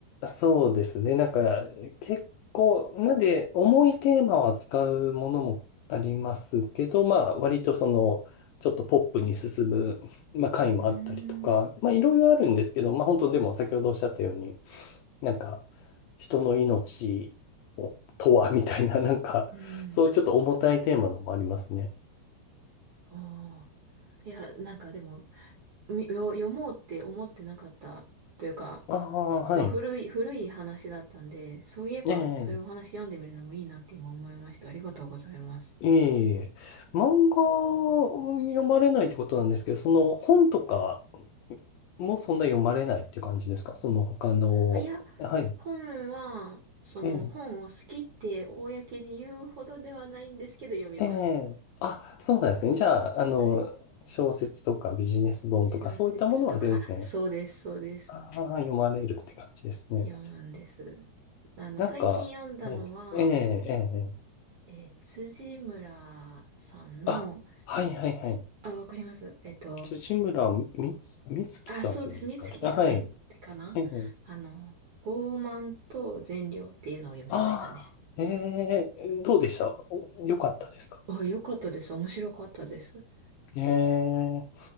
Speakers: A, on the left; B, on the right.
A: そうですね。なんか、結構、なんで、重いテーマを扱うものもありますけど、まあ、割とその、ちょっとポップに進む、まあ、回もあったりとか、
B: うーん。
A: まあ、いろいろあるんですけど、まあ、本当でも、先ほどおっしゃったように、なんか、人の命をとは、みたいな、なんか、
B: うん。
A: そういうちょっと重たいテーマのもありますね。
B: ああ。いや、なんかでも、みよ読もうって思ってなかったというか、
A: ああ、はい。
B: まあ古い、古い話だったんで、そういえばそういうお話読んでみるのもいいなって今思いました。
A: ええ
B: ありがとうございます。
A: ええ、漫画を読まれないってことなんですけど、その本とかもそんな読まれないって感じですかその他の、
B: あ、いや、
A: はい。
B: 本は、その本を好きって公に言うほどではないんですけど読みます。
A: ええ、ええ、あ、そうなんですね。じゃあ、あの、
B: はい。
A: 小説とかビジネス本とかそういったものは全然、
B: 小説とか、あ、そうです、そうです。
A: ああ、読まれるって感じですね。
B: 読むんです。あの、
A: なんか、
B: 最近読んだのは、
A: ないです。ええ、ええ、ええ
B: えー辻村さんの、
A: あ、はいはいはい。
B: あ、わかります。えっと、
A: 辻村みつ、みつきさんって言うんですかね。
B: あ、そうです。美月さんかなあの、
A: あ、はい。ええ
B: 傲慢と善良っていうのを読みましたね。
A: ああ、ええ、どうでしたおよかったですか
B: あ、よかったです。面白かったです。
A: ええ、